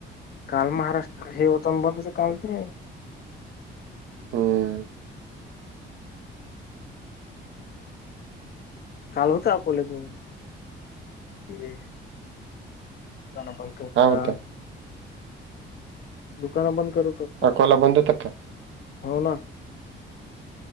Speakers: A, on the left; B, on the right.
A: काल महाराष्ट्र, हे तंबरच काल ते.
B: होय.
A: काल होतं आपुले म्हणून ते. त्यांना पण केलता?
B: काय होतं
A: दुकानं बंद करतो.
B: अकोला बंद होता की काय?
A: हो ना.